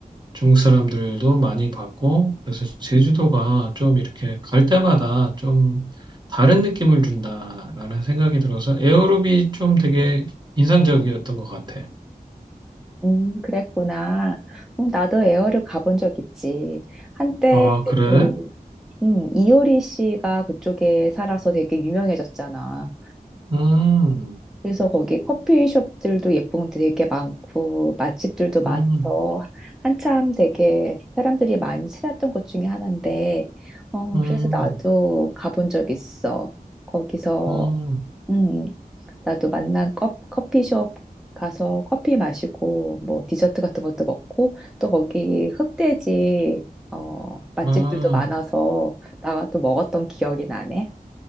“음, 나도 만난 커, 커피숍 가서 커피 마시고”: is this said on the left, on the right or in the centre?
Centre